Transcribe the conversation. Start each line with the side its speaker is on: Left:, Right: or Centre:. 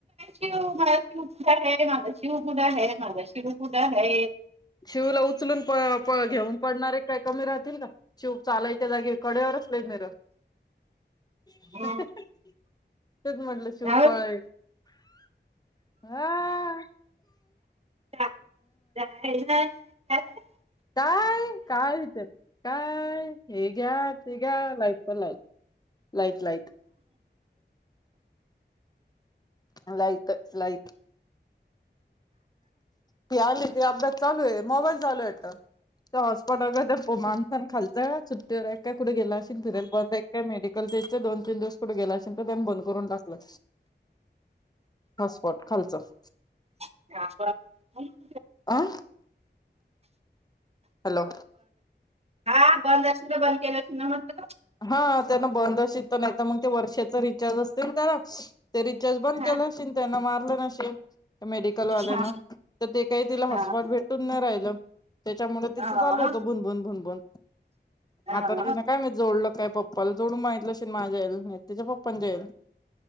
Right: शि मलाशी उ कुडा आहे माझ शिवपुडा आहे माझा शिर कुठ आहे
Left: शिवला उचलून प प घेऊन पडणारे काय कमी राहतील का? शिव चालायच्या जागी कडेवरच घेऊन मिरव, <unintelligible>
Right: हम्म.
Left: तेच म्हटलं शिव
Right: हा.
Left: पळ, आ..
Right: <unintelligible> <unintelligible>
Left: काय काय, विचार काय हे घ्या, ते घ्या लाईट पण light light light, light, light. ती आली ती अभ्यास चालू आहे मोबाईल चालू ये वाटत ते हॉटस्पॉट ते मागताना खालच. तर काय कुठे गेला असशील फिरायला बंद ये काय मेडीकल त्याच्या दोन तीन दिवस कुठे गेला असशील तर त्यान बंद करून टाकलं. हॉटस्पॉट खालचं.
Right: <unintelligible> आई.
Left: आं हॅलो
Right: हा बंद असेल तर बंद केलं न मत
Left: हा त्यांना बंद अस तर नाही तर मग ते वर्षाचा रिचार्ज असते ना त्याला ते रिचार्ज बंद
Right: हा,
Left: केलं असश त्यांना मारलं नशन मेडिकल वाल्याना
Right: हा,
Left: तर ते काही तिला हॉस्पिटल
Right: हा,
Left: भेटून न राहिलं त्याच्यामुळे तिचं
Right: हा,
Left: चालू
Right: हा,
Left: होतं भुनबुून भुनबून
Right: हा,
Left: आता
Right: हा.
Left: तिन काय मी जोडलं प्पाला जो माहित मा जाईल त्याच्या पप्पन जाईल